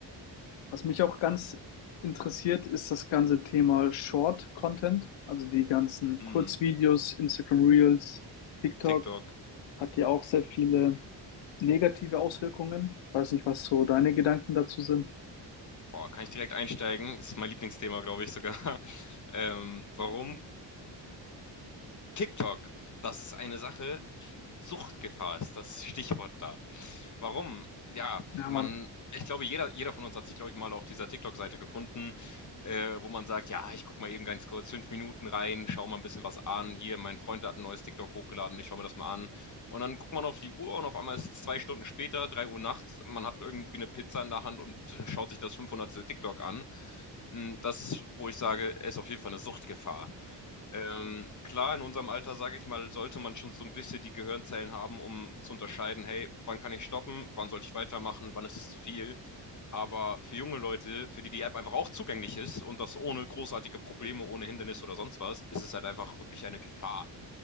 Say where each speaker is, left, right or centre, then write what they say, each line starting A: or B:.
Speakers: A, on the left; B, on the left.
A: Was mich auch ganz interessiert, ist das ganze Thema Short Content, also die ganzen
B: Mm,
A: Kurzvideos, Instagram Reels, TikTok
B: TikTok.
A: hat ja auch sehr viele negative Auswirkungen. Ich weiß nicht, was so deine Gedanken dazu sind.
B: Boah, kann ich direkt einsteigen? Ist mein Lieblingsthema, glaube ich sogar. Ähm, warum? TikTok, das ist eine Sache. Suchtgefahr ist das Stichwort da. Warum? Ja,
A: Ja,
B: man,
A: Mann,
B: ich glaube, jeder, jeder von uns hat sich, glaube ich, mal auf dieser TikTok-Seite gefunden, äh, wo man sagt, ja, ich gucke mal eben ganz kurz fünf Minuten rein, schau mal ein bisschen was an. Hier, mein Freund hat ein neues TikTok hochgeladen, ich schaue mir das mal an. Und dann guckt man auf die Uhr und auf einmal ist es zwei Stunden später, drei Uhr nachts, man hat irgendwie eine Pizza in der Hand und schaut sich das 500. TikTok an. Mm, Das ist, wo ich sage, ist auf jeden Fall eine Suchtgefahr. Ähm, klar, in unserem Alter, sage ich mal, sollte man schon so ein bisschen die Gehirnzellen haben, um zu unterscheiden, hey, wann kann ich stoppen, wann sollte ich weitermachen, wann ist es zu viel. Aber für junge Leute, für die die App einfach auch zugänglich ist und das ohne großartige Probleme, ohne Hindernis oder sonst was, ist es halt einfach wirklich eine Gefahr.